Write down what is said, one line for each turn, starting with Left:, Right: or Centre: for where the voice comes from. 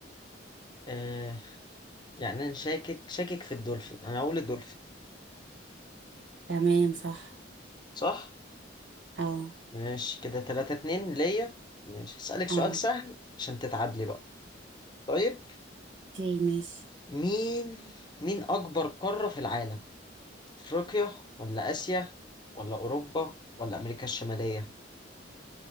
Left: آه يعني انا شاكك شاكك في الدولفين انا اقول الدولفين
Right: تمام صح
Left: صح
Right: اه
Left: ماشي كده تلاتة اتنين ليا ماشي هسألك
Right: اه
Left: سؤال سهل عشان تتعادلي بقى طيب
Right: اوكي ماشي
Left: مين مين اكبر قارة في العالم افريقيا ولا اسيا ولا اوروبا ولا امريكا الشمالية